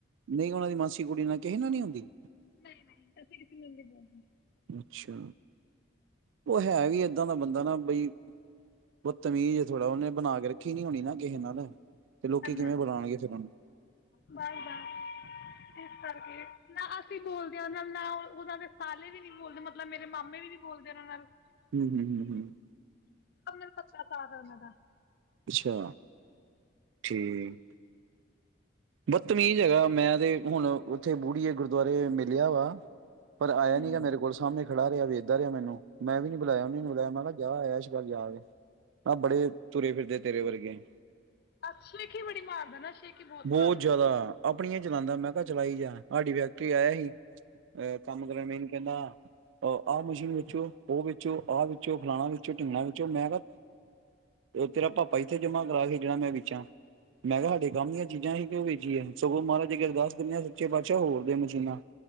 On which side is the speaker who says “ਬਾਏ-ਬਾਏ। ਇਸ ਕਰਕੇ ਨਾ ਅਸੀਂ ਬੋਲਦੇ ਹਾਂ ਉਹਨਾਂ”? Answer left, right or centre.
Left